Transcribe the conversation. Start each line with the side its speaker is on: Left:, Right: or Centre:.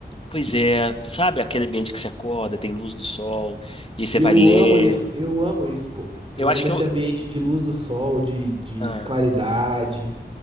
Left: pois é, sabe aquele ambiente que você acorda, tem luz do sol, e aí você
Right: E
Left: vai
Right: eu
Left: ler.
Right: amo isso. Eu amo isso, pô. Eu
Left: Eu acho
Right: amo
Left: que
Right: esse
Left: eu.
Right: ambiente de luz do sol, de, de
Left: ah,
Right: claridade,